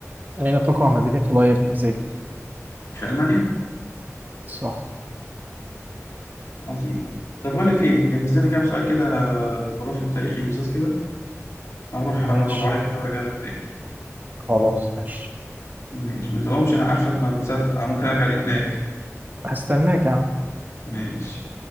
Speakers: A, on the right; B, on the left.
A: أين تقع مدينة لايبزيج
B: في ألمانيا
A: صح
B: عظيم طب بقول لك إيه جهز لنا كام سؤال كده آه، جغرافي وتاريخي لزاز كده هروح
A: ماشي
B: آه، رباعية كده وأرجع لك تاني
A: خلاص ماشي
B: ماشي ما تقومش أنا عارفك ما بتصدق ممكن أرجع ألاقيك نايم
A: هستناك يا عم
B: ماشي